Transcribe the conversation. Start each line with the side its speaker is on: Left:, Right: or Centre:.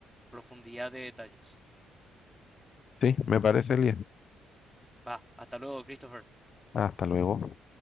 Centre: profundidad de detalles.
Left: Sí, me parece, Elías.
Centre: Va, hasta luego, Christopher.
Left: Hasta luego.